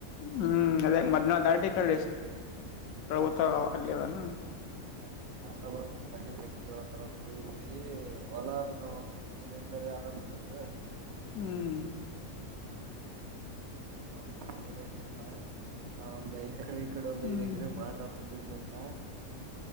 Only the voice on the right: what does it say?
ಹಲೋ ಅಂಡ ಬರು ಮನಿ ಮೆಕ್ಕಿ ಜೋಳ ತರ ಕೂಗಿದ್ವಿ ಹೊಲ ಅದ ನವುಪ್ಪಕ್ಕ ಕೂಣ ಇದ್ದಾರೆ ಅನಂತದ ಹಾ
ಹ ಸ್ವಲ್ಪ ನಾವ ಒಂದ್ ಐದು ಎಕರೆ ಈ ಕಡೆ ಒಂದ್
ಐದ ಎಕರೆ ಮಾಡ್ರ ನಂದಿದ್ನು ಅಂತ